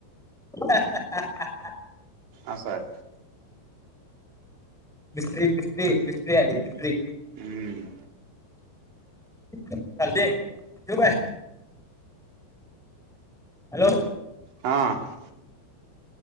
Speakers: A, in the centre; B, on the right.
A: ह हा‌
B: असंय.
A: मिस्त्री मिस्त्री मिस्त्री आली मिस्त्री.
B: हम्म.
A: चालतय, ठेवू काय? हॅलो
B: हां.